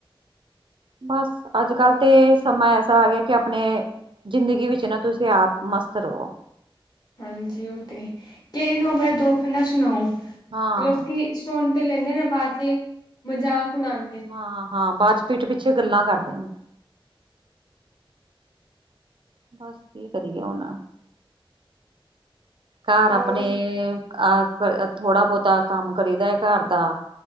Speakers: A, on the right; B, on the left.
A: ਬਸ ਅੱਜ ਕੱਲ੍ਹ ਤੇ ਸਮਾਂ ਐਸਾ ਆ ਗਿਆ ਕਿ ਆਪਣੇ ਜ਼ਿੰਦਗੀ ਵਿੱਚ ਨਾ ਤੁਸੀਂ ਆਪ ਮਸਤ ਰਹੋ
B: ਹਾਂਜੀ ਉਹ ਤੇ ਕਿ ਇਹਨੂੰ ਆਪਣਾ ਦੁੱਖ ਨਾ ਸੁਣਾਓ
A: ਹਾਂ
B: ਲੋਕੀ ਸੁਣ ਤੇ ਲੈਂਦੇ ਨੇ ਬਾਅਦ ਚ ਮਜ਼ਾਕ ਉਡਾਂਦੇ ਨੇ।
A: ਹਾਂ-ਹਾਂ ਬਾਅਦ ਚ ਪੀਟ ਪਿੱਛੇ ਗੱਲਾਂ ਕਰਦੇ ਨੇ ਬਸ ਕੀ ਕਰੀਏ ਹੁਣ ਘਰ
B: ਹੋਰ
A: ਆਪਣੇ ਅਹ ਥੋੜਾ ਬਹੁਤਾ ਕੰਮ ਕਰੀਦਾ ਘਰ ਦਾ